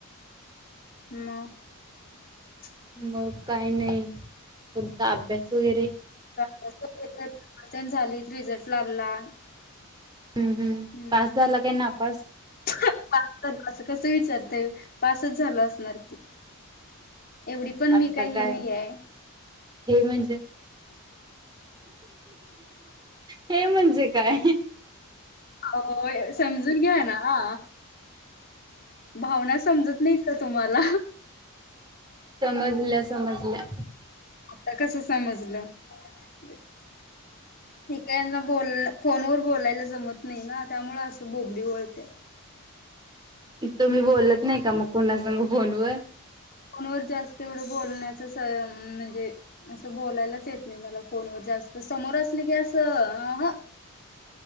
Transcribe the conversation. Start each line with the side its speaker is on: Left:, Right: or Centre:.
Left: म
Right: मग काही नाही तुमचा आभ्यास. वगैरे
Left: परवन <unintelligible> त्यांन झालीत रिझल्ट लागला.
Right: हम्म
Left: हम्म
Right: पास
Left: हम्म
Right: झाला काय नापास
Left: <unintelligible> अस कस विचारताय पास त झाल असणार की एवढी पण
Right: आता
Left: मी काही
Right: काय
Left: हे नाही आहे.
Right: हे म्हणजे. हे म्हणजे काय
Left: होय समजून घ्या ना, हा. भावना समजत नाहीत का तुम्हाला.
Right: समजल्या समजल्या.
Left: आता कसं समजलं. हम् <inaudible> कना बोल फोनवर बोलायला जमत नाही ना त्यामुळे असं बोबडी ओळते.
Right: तुम्ही बोलत नाही का मग कोणा सांग फोन वर?
Left: फोनवर जास्त एवढं बोलण्याच म्हणजे असं बोलायलाच येत नाही मला फोनवर जास्त समोर असली की असं अह